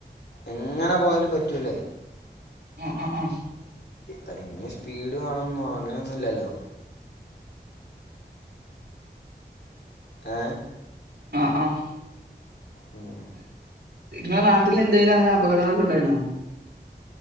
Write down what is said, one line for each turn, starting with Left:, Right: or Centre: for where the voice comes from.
Left: എങ്ങനെ പോയാലും പറ്റൂല്ലേ
Right: ആഹ ആഹ ആഹ
Left: അ ഇനി സ്പീഡ് വേണന്നു അങ്ങനെയൊന്നുമല്ലല്ലോ ഏ
Right: ആഹ ആഹ
Left: ഉം
Right: നിങ്ങളെ നാട്ടിൽ എന്തും അന- അപകടങ്ങളൊക്കെണ്ടായിുന്നോ